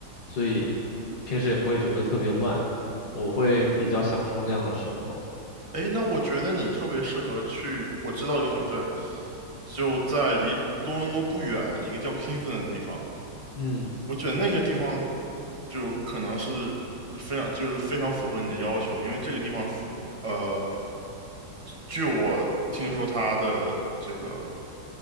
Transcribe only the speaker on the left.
所以平时也不会觉得特别乱，我会比较享受那样的生活。
嗯。